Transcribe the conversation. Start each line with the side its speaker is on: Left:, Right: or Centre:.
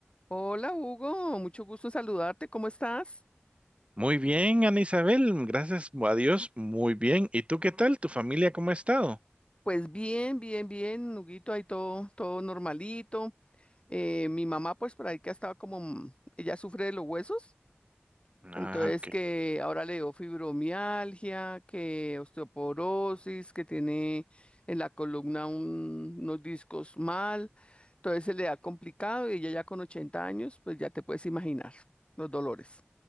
Left: Hola Hugo, mucho gusto en saludarte, ¿cómo estás?
Right: Muy bien, Ana Isabel, gracias a Dios, muy bien. ¿Y tú qué tal? ¿Tu familia cómo ha estado?
Left: Pues bien, bien, bien, Huguito, ahí todo, todo normalito. Eh, mi mamá, pues por ahí que ha estado como, mm, ella sufre de los huesos,
Right: Ah,
Left: entonces
Right: ok.
Left: que ahora le dio fibromialgia, que osteoporosis, que tiene en la columna un- unos discos mal, entonces se le ha complicado y ella ya con 80 años, pues ya te puedes imaginar los dolores.